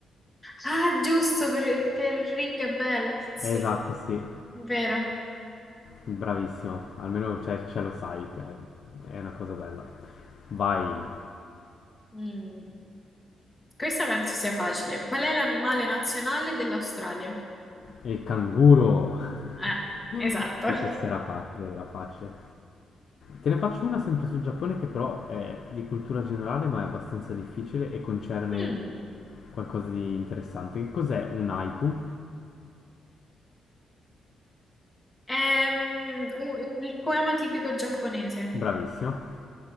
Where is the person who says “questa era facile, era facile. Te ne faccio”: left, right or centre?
Left